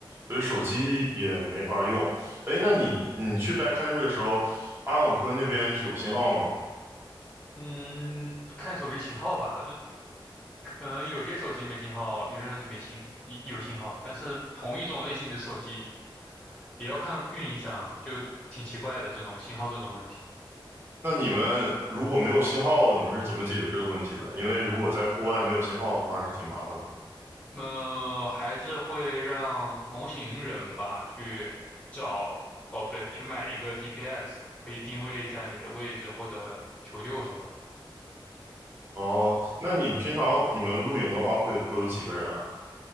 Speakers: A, on the right; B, on the left.
A: 所以手机也没法用。
B: 嗯
A: 哎，那你你去 backcountry 的时候，阿朗昆那边是有信号吗？
B: 嗯，看手机信号吧，这可能有些手机没信号，有些手机没信有信号，但是同一种类型的手机也要看运营商，就挺奇怪的这种信号这种问题。
A: 那你们如果没有信号，你们是怎么解决这个问题的？因为如果在户外没有信号的话，是挺麻烦的。
B: 呃，还是会让同行人吧去找，哦，不对，去买一个 GPS，可以定位一下你的位置或者求救什么的。
A: 哦，那你平常你们露营的话，会会有几个人啊？